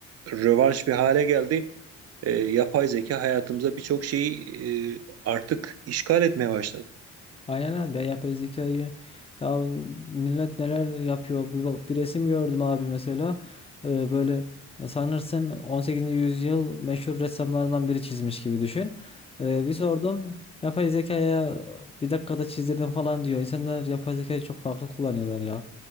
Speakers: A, on the right; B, on the left.
A: rövanş bir hale geldi. E, yapay zeka hayatımıza birçok şeyi e, artık işgal etmeye başladı. <clears throat>
B: Aynen abi ya yapay zekayı ya millet neler yapıyor bir, bak- bir resim gördüm abi mesela Ee, böyle ya sanırsın 18. yüzyıl meşhur ressamlarından biri çizmiş gibi düşün Ee, bir sordum yapay zekaya bir dakikada çizdirdim falan diyor İnsanlar yapay zekayı çok farklı kullanıyorlar ya